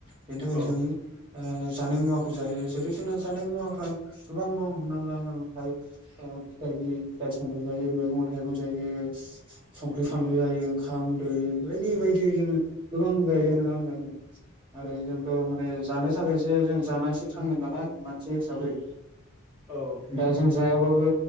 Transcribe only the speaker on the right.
बेनि थाखायनो
जों ओ जानाय मुवाखौ जायो जेरै जोंना जानाय मुवाफ्रा गोबां दं। हमना ला जों फायब ओ फिथाइनि फिथाइ थानाय जायो मैगं थाइगं जायो। संख्रि,
फानलु जायो ओंखाम, दै बायदि बायदि जोङो गोबां जायो
नोङा होनलाय जों। आरो जोंथ' माने जानो थाखायसो जों जानानैसो थाङो नालाय मानसि हिसाबै।
दा जों जायाबाबो